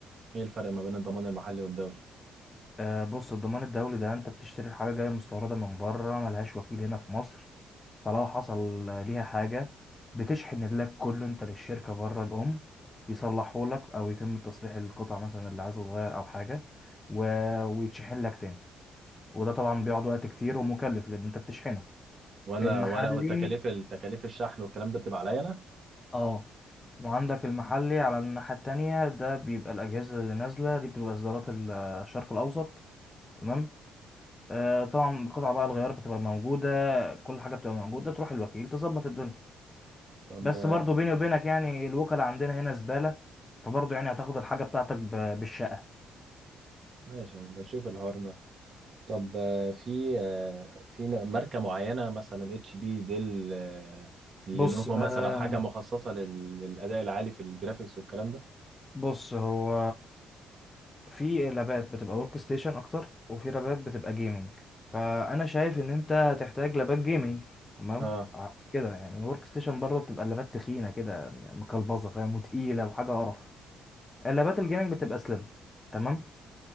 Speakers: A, on the right (about 45°); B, on the left (about 20°).
A: ايه الفرق ما بين الضمان المحلي والدولي
B: آه، بص الضمان الدولي ده انت بتشتري الحاجة جاية مستوردة من بره ملهاش وكيل هنا في مصر فلو حصل ليها حاجة بتشحن اللاب كله انت للشركة بره الأم يصلحهولك أو يتم تصليح القطع مثلا اللي عايز تتغير أو حاجة و... ويتشحن لك تاني وده طبعا بيقعد وقت كتير ومكلف لأن انت بتشحنه
A: وانا
B: المحلي
A: ولا والتكاليف التكاليف الشحن والكلام ده بتبقى عليا انا
B: اه وعندك المحلي على الناحية التانية ده بيبقى الأجهزة اللي نازلة دي بتبقى إصدارات ال- الشرق الأوسط تمام آه، طبعا القطعة بقى الغيار بتبقى موجودة كل حاجة بتبقى موجودة تروح الوكيل تظبط الدنيا
A: طب
B: بس
A: آه،
B: برضو بيني وبينك يعني الوكلاء عندنا هنا زبالة فبرضو يعني هتاخد الحاجة بتاعتك ب- بالشقة
A: ماشي يعني بنشوف الحوار ده طب آه، في آه، في ن- ماركه معينه مثلا اتش بي ديل آه، لينوفو
B: بص آه
A: مثلا حاجه مخصصه لل- للاداء العالي في الجرافيكس والكلام ده
B: بص هو في لابات بتبقى ورك ستيشن أكتر وفي لابات بتبقى جيمنج فأنا شايف إن أنت هتحتاج لابات جيمنج تمام
A: اه
B: ع- كده يعني ورك ستيشن برضه بتبقى اللابات تخينة كده مكلبظة فاهم وتقيلة وحاجة قرف اللابات الجيمنج بتبقى سليم تمام